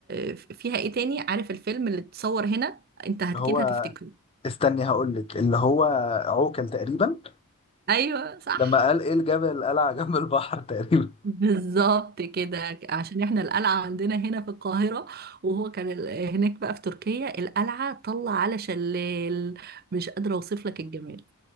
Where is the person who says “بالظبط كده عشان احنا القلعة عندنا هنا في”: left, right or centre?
Right